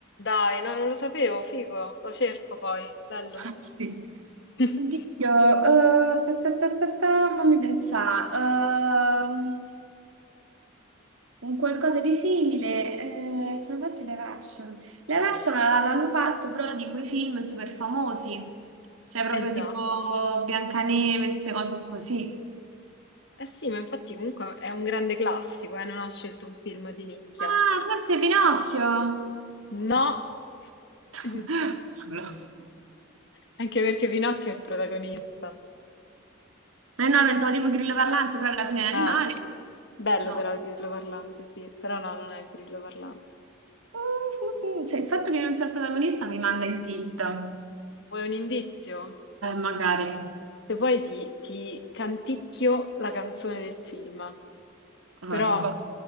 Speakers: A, on the left; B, on the right.
A: Dai, no, non lo sapevo, figo. Lo cerco poi, bello.
B: Ah, sì.
A: <laughs>
B: Oddio, eh, ta, ta, ta, ta, ta, fammi pensare. ehm, un qualcosa di simile. eh, ce l'ho fatto live action. Live action l- l'hanno fatto però di quei film super famosi, Cioè, proprio
A: Eh già.
B: tipo Biancaneve, queste cose così.
A: Eh sì, ma infatti comunque è un grande classico, eh, non ha scelto un film di nicchia.
B: Ah, forse Pinocchio.
A: No,
B: <laughs>
A: <laughs>
B: Non lo-
A: anche perché Pinocchio è il protagonista.
B: Eh no, pensavo tipo grillo parlante, però alla fine è un
A: Ah,
B: animale.
A: bello
B: No.
A: però il grillo parlante, sì, però no, non è il grillo parlante.
B: <laughs> Cioè, il fatto che io non sia il protagonista mi manda in tilt. Eh,
A: Vuoi un indizio?
B: magari.
A: Se vuoi ti, ti canticchio la canzone del film,
B: Ah,
A: però
B: va-